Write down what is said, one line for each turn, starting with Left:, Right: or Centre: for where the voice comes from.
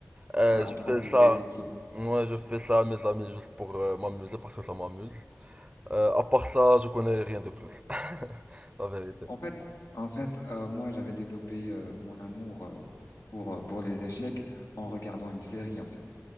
Right: Euh,
Left: ouais, en
Right: je
Left: trois
Right: fais
Left: coups,
Right: ça.
Left: ouais, effectivement.
Right: Moi, je fais ça à mes amis juste pour euh, m'amuser parce que ça m'amuse. Euh, à part ça, je connais rien de plus, <laughs> la vérité.
Left: En fait, en fait, euh, moi, j'avais développé euh, mon amour euh, pour euh, pour les échecs en regardant une série, en fait.